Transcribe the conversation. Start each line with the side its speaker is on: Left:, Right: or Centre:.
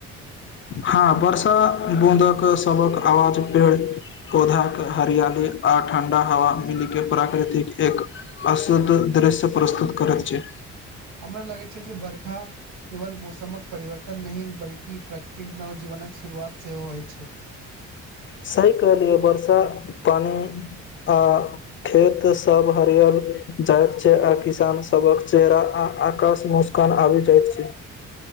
Left: हँ बर्षा बूँदक सबक आवाज पेड़ पौधाके हरियाली आ ठण्डा हवा मिल के प्राकृतिक एक अशुद्ध दृश्य प्रस्तुत करैत छै
Right: हमरा लगैत जे बरखा केवल मौसमक परिवर्तन नहि बल्कि प्राकृतिक नव जीवनक शुरुआत सेहो होइ छै
Left: सही कहलियै वर्षा पानि आ खेत सब हरियल जाइत छै आ किसान सबक चेहरा आ आकाश मुस्कान आब जाइत छै